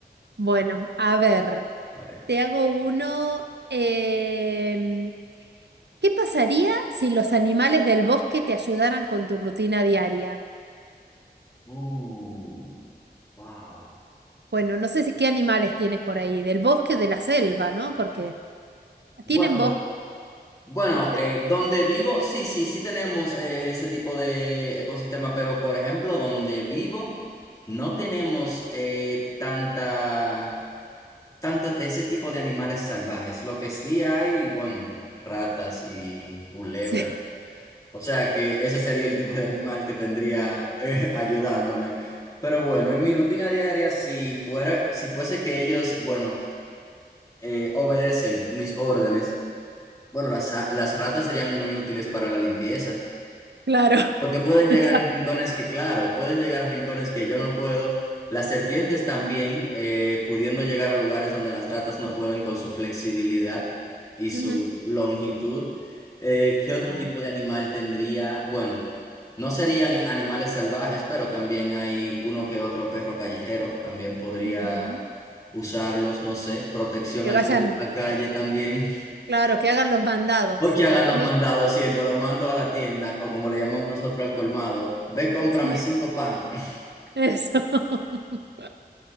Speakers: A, on the right; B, on the left.
A: Bueno, a ver,
B: a ver.
A: te hago uno. em, ¿qué pasaría si los animales del bosque te ayudaran con tu rutina diaria?
B: Uh, wow.
A: Bueno, no sé si qué animales tienes por ahí, del bosque, o de la selva, ¿no? Porque
B: Bueno,
A: tienen
B: Bueno,
A: bosque.
B: eh, donde vivo, sí, sí, sí tenemos eh, ese tipo de ecosistema, pero por ejemplo, donde vivo, no tenemos eh, tanta, tanto ese tipo de animales salvajes. Lo que sí hay, bueno, ratas y culebras.
A: Sí,
B: O sea que ese sería el tipo de animal que tendría eh, <laughs> ayudándome. Pero bueno, en mi rutina diaria, si fuera, si fuese que ellos, bueno, eh, obedecen mis órdenes. Bueno, las, a- las ratas serían muy útiles para la limpieza,
A: claro,
B: porque pueden
A: <laughs>
B: llegar a rincones
A: exacto.
B: que, claro, pueden llegar a rincones que yo no puedo. Las serpientes también, eh, pudiendo llegar a lugares donde las ratas no pueden con su flexibilidad y su
A: Ujú.
B: longitud. Eh, ¿qué otro
A: Ah,
B: tipo de animal tendría? Bueno, no serían animales salvajes, pero también hay uno que otro perro callejero, también podría
A: ujú.
B: usarlos, no sé, protección
A: Que
B: al
A: vayan,
B: salir a la calle también.
A: claro, que hagan los mandados,
B: O
A: sino
B: que hagan
A: también.
B: los mandados, ¿cierto? Lo mando a la tienda, o como le llamamos nosotros al colmado. Ve, cómprame
A: Sí,
B: cinco pan. <laughs>
A: eso. <laughs>